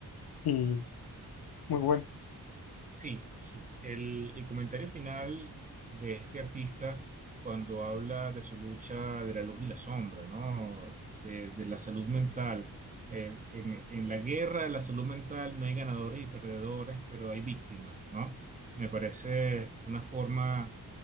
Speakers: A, on the left; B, on the right.
A: y muy bueno.
B: Sí, sí. El, el comentario final de este artista cuando habla de su lucha de la luz y la sombra, ¿no? De, de la salud mental. Eh, en, en la guerra de la salud mental no hay ganadores y perdedores, pero hay víctimas, ¿no? Me parece una forma